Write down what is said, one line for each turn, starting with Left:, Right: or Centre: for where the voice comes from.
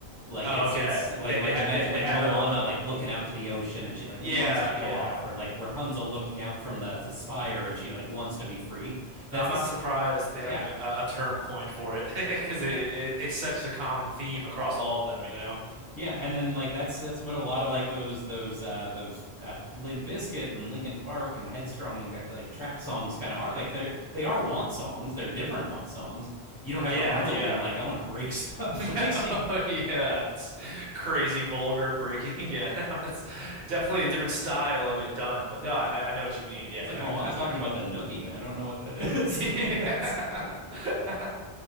Left: Like
Right: Oh,
Left: it's
Right: okay,
Left: it's like
Right: they
Left: like
Right: they ha
Left: imagine
Right: they,
Left: like
Right: they have
Left: Moana
Right: a, a
Left: like looking out to the ocean and she like
Right: yeah
Left: wants to go
Right: yeah.
Left: off, or like Rapunzel looking out from the, the spire and she like wants to be free. That's
Right: I'm
Left: the
Right: not
Left: s-
Right: surprised that they
Left: yeah
Right: have like a, a term coined for it <laughs> because it,
Left: yeah
Right: it it's such a common theme across all of them, you know?
Left: yeah, and then like that's that's what a lot of like those those uh those uh, Limp Bizkit and Linkin Park and Headstrong uh, like trap songs kind of are. Like they they are want songs. They're different want songs. You don't have
Right: Yeah,
Left: Rapunzel
Right: yeah.
Left: being like I want to break stuff.
Right: <laughs>
Left: <laughs> like she
Right: Yeah, it's crazy, vulgar, breaking. <laughs> Yeah, no, it's definitely a different style of it done. But no, I, I know what you mean. Yeah,
Left: It's
Right: kind,
Left: like Moana's
Right: kind.
Left: talking about the Nookie, and I don't know what that is.
Right: <laughs> Yeah.
Left: <laughs> like that's.
Right: <laughs>